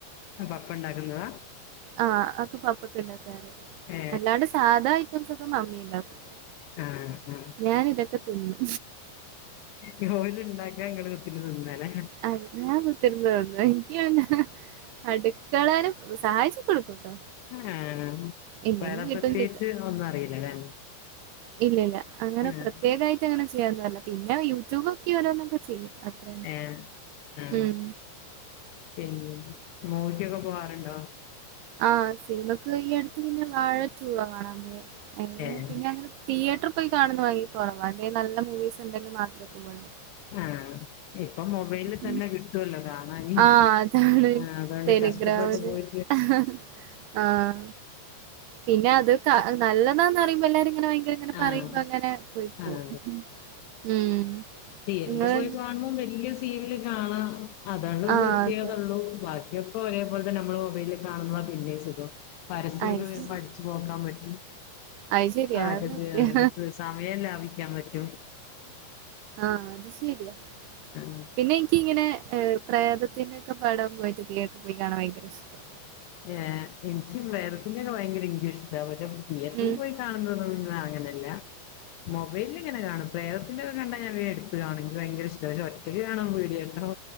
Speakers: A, on the left (about 80°); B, on the right (about 75°).
A: <inaudible> പപ്പ ഉണ്ടാക്കുന്നതാ?
B: ആഹ് അതൊക്കെ പപ്പക്ക് ഇണ്ടാക്കാറ്.
A: ഏ
B: അല്ലാണ്ട് സാധാ ഐറ്റംസ് ഒക്കെ മമ്മി ഉണ്ടാക്കും.
A: ആഹ്, ആഹ്.
B: ഞാനിതൊക്കെ തിന്നും.
A: ഇത് ഓലുണ്ടാക്കാ ഇങ്ങള് കുത്തിരുന്ന് തിന്നാലേ.
B: അഹ് ഞാൻ കുത്തിയിരുന്ന് <unintelligible> എനിക്ക്. അടുക്കളേലും സഹായിച്ചൊക്കെ കൊടുക്കുട്ടോ.
A: ആഹ്.
B: ഇല്ലെങ്കി
A: വേറെ
B: കിട്ടും
A: പ്രത്യേകിച്ച്
B: കിട്ട്
A: ഒന്നും അറിയില്ലല്ലേ
B: ഇല്ലില്ല അങ്ങനെ
A: ആഹ്
B: പ്രത്യേകായി ട്ടങ്ങനെ ചെയ്യാ ഒന്നുവല്ല പിന്നെ യൂട്യൂബോക്കി ഓരോന്നൊക്കെ ചെയ്യും. അത്രന്നെ
A: ഏഹ്, ആഹ്
B: ഉം
A: പിന്നെന്താ മൂവിക്കൊക്കെ പോവാറുണ്ടോ?
B: ആഹ് സിനിമക്ക് ഈ അടുത്ത് പിന്നെ വാഴ ടൂവാ കാണാൻ പോയെ അയിന് പിന്നെ,
A: ഏഹ്
B: പിന്നെ അങ്ങനെ. തിയേറ്റർ പോയി കാണുന്ന ഭയങ്കര കൊറവാ അല്ലേ നല്ല മൂവീസ് ഉണ്ടെങ്കി മാത്രേ പോവുള്ളു.
A: ആഹ്. ഇപ്പൊ മൊബൈലിൽ തന്നെ
B: ഉം
A: കിട്ടുവല്ലോ കാണാനീ.
B: ആഹ് അതാണ്
A: ആഹ് അതുകൊണ്ട്
B: ടെലിഗ്രാമില്
A: കഷ്ടപ്പെട്ട് പോയി.
B: ആഹ്. പിന്നെ അത് ക നല്ലതാന്ന് പറയുമ്പോ എല്ലാരു ഇങ്ങനെ ഭയങ്കര. ഇങ്ങനെ പറയുമ്പോ
A: ആഹ്
B: അങ്ങനെ പോയ് പോവും
A: ആഹ്
B: ഉം.
A: തിയറ്ററില്
B: നിങ്ങള്
A: പോയി കാണുമ്പോം വലിയ സീനില് കാണാം. അതാണ്
B: ആഹ്
A: പ്രത്യേകതള്ളൂ
B: അതെ
A: ബാക്കിയൊക്കെ ഒരേ പോലത്തന്നെ നമ്മള് മൊബൈലി കാണുന്നതാ പിന്നേം സുഖം പരസ്യൊക്കെ
B: അത്
A: വരുമ്പോ
B: ശരി
A: അടിച്ചു പോക്കാൻ പറ്റും
B: അത് ശരിയാ
A: അതൊക്കെ
B: അത് സത്യാ
A: ചെയ്യാ ആഹ് സമയം ലാഭിക്കാൻ പറ്റും
B: ആഹ് അത് ശരിയാ
A: <unintelligible>
B: പിന്നെ എനിക്കിങ്ങനെ ഏഹ് പ്രേതത്തിന്റെയൊക്കെ പാടം പോയിട്ട് തിയേറ്ററി പോയി കാണാൻ ഭയങ്കര ഇഷ്ട്ടാ
A: ഏഹ് എനിക്ക് പ്രേതത്തിന്റെ ഒക്കെ ഭയങ്കര ഇഷ്ട്ടാ പക്ഷെ തീയേറ്ററി
B: ഉം
A: പോയി കാണുന്നതോടോടും അങ്ങനെല്ലാ മൊബൈലില് ഇങ്ങനെ കാണും പ്രേതത്തിന്റെയൊക്കെ കണ്ടാ ഞാൻ വേ എടുത്ത് കാണും എനിക്ക് ഭയങ്കര ഇഷ് ട്ടാ പക്ഷെ ഒറ്റക്ക് കാണാൻ പേടിയാട്ടോ